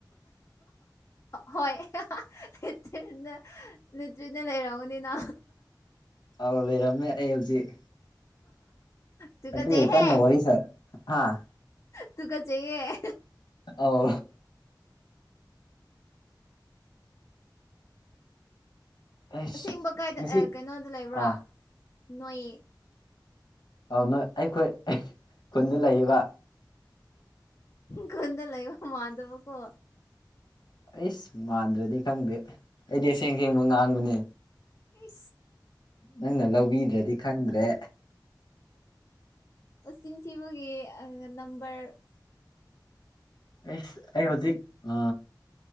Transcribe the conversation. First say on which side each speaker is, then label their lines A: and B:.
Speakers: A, on the left; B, on the left.
A: ꯍꯣꯏ ꯅꯇ꯭ꯅ ꯅꯇ꯭ꯔꯤꯅ ꯂꯩꯔꯥꯎꯅꯤꯅ
B: ꯑꯥꯎ ꯂꯩꯔꯝꯃꯦ ꯑꯩ ꯍꯧꯖꯤꯛ
A: ꯇꯨꯀꯠꯆꯩꯍꯦ
B: ꯑꯗꯨꯒꯤ ꯀꯟꯅ ꯋꯥꯔꯤ ꯁꯥ ꯍꯥ
A: ꯇꯨ ꯀꯠꯆꯩꯌꯦ <inaudible>
B: ꯑꯧ ꯑꯩꯁ
A: ꯑꯁꯦꯡꯕ ꯀꯥꯏꯗ
B: ꯉꯁꯤ
A: ꯀꯩꯅꯣꯗ ꯂꯩꯕ꯭ꯔꯥ
B: ꯑꯥ
A: ꯅꯣꯏ
B: ꯑꯥꯎ ꯅꯣꯏ ꯑꯩꯈꯣꯏ ꯈꯨꯟꯗ ꯂꯩꯌꯦꯕ
A: ꯈꯨꯟꯗ ꯂꯩꯕ ꯃꯥꯟꯗꯥꯕꯀꯣ
B: ꯑꯩꯁ ꯃꯥꯟꯗ꯭ꯔꯗꯤ ꯈꯪꯗꯦ ꯑꯩꯗꯤ ꯑꯁꯦꯡ ꯁꯦꯡꯕ ꯉꯥꯡꯕꯅꯦ
A: ꯑꯦ
B: ꯅꯪꯅ ꯂꯧꯕꯤꯗ꯭ꯔꯗꯤ ꯈꯪꯗ꯭ꯔꯦ
A: ꯊꯤꯟ ꯊꯕꯒꯤ ꯑ ꯅꯝꯕꯝꯕꯔ
B: ꯑꯦ ꯑꯩ ꯍꯧꯖꯤꯛ ꯑ